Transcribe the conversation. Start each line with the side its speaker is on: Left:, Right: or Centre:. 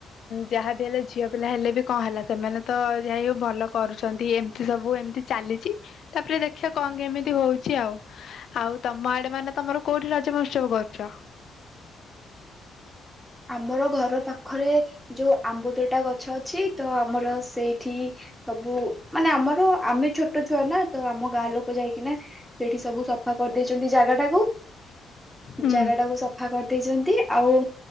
Left: ଯାହାବି ହେଲେ ଝିଅ ପିଲା ହେଲେ ବି କଣ ହେଲା ସେମାନେ ତ ଯା ହଉ ଭଲ କରୁଛନ୍ତି ଏମିତି ସବୁ ଏମିତି। ଚାଲିଛି ତାପରେ ଦେଖିବା କଣ କେମିତି ହଉଛି ଆଉ। ଆଉ ତମ ଆଡେ ମାନେ ତମର କୋଉଠି ରଜ ମହୋତ୍ସବ କରୁଛ?
Centre: ଆମର ଘର ପାଖରେ ଯୋଉ ଆମ୍ୱ ତୋଟା ଗଛ ଅଛି ତ ଆମର ସେଇଠି। ସବୁ ମାନେ ଆମର ଆମେ ଛୋଟ ଛୁଆ ନା ତ ଆମ ଗାଁ ଲୋକ ଯାଇକିନା। ସେଇଟି ସବୁ ସଫା କରିଦେଇଛନ୍ତି ଜାଗା ଟାକୁ।
Left: ହୁଁ
Centre: ଜାଗା ଟାକୁ ସଫା କରିଦେଇଛନ୍ତି ଆଉ।